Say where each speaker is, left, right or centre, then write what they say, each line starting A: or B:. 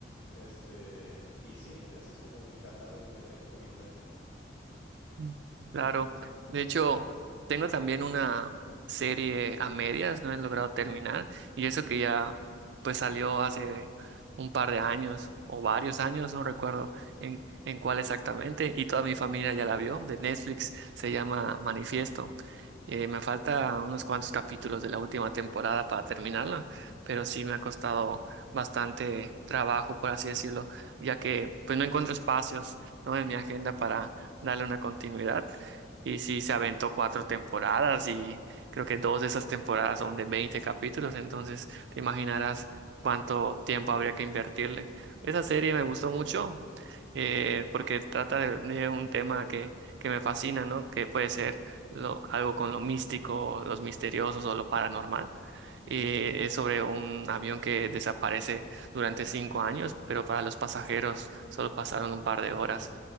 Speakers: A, on the left (about 70°); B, on the right (about 70°).
A: Este, y sí, ese es como mi catálogo que tengo ahorita.
B: Mm. Claro, de hecho, tengo también una serie a medias, no he logrado terminar, y eso que ya pues salió hace un par de años o varios años, no recuerdo en, en cuál exactamente, y toda mi familia ya la vio, de Netflix, se llama Manifiesto. Eh, me falta unos cuantos capítulos de la última temporada para terminarla, pero sí me ha costado bastante trabajo, por así decirlo, ya que pues no encuentro espacios, ¿no? en mi agenda para darle una continuidad. Y sí, se aventó cuatro temporadas y creo que dos de esas temporadas son de 20 capítulos, entonces te imaginarás cuánto tiempo habría que invertirle. Esa serie me gustó mucho eh, porque trata de, de un tema que, que me fascina, ¿no? Que puede ser lo- algo con lo místico, los misteriosos o lo paranormal. Eh, es sobre un avión que desaparece durante cinco años, pero para los pasajeros solo pasaron un par de horas.